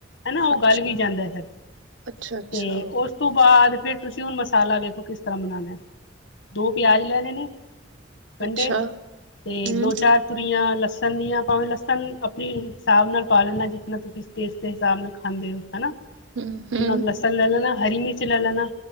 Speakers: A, on the left (about 80°); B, on the right (about 85°).
A: ਹਨਾ ਓਹ
B: ਅੱਛਾ,
A: ਗਲ ਵੀ ਜਾਂਦਾ ਫੇਰ,
B: ਅੱਛਾ, ਅੱਛਾ,
A: ਤੇ ਓਸ ਤੋਂ ਬਾਦ ਫੇਰ ਤੁਸੀਂ ਹੁਣ ਮਸਾਲਾ ਵੇਖੋ ਕਿਸ ਤਰ੍ਹਾਂ ਬਣਾਣਾ, ਦੋ ਪਿਆਜ ਲੈਣੇ ਨੇ। ਗੰਢੇ,
B: ਅੱਛਾ
A: ਤੇ
B: ਹੂੰ,
A: ਦੋ-ਚਾਰ ਤੁਰੀਆਂ ਲਸਣ ਦੀਆਂ, ਭਾਵੇਂ ਲਸਣ ਮਿਰਚ ਸਾਬ ਨਾਲ ਪਾ ਲਣਾ ਜਿਨਾ ਤੁਸੀ ਟੇਸਟ ਦੇ ਹਿਸਾਬ ਨਾਲ ਖਾਂਦੇ ਹਨਾ
B: ਹੂੰ, ਹੂੰ,
A: ਉਨਾਂ ਕ ਬਸ ਲੈ ਲੈਣਾ ਹਰੀ ਮਿਰਚ ਲੈ ਲੈਣਾ,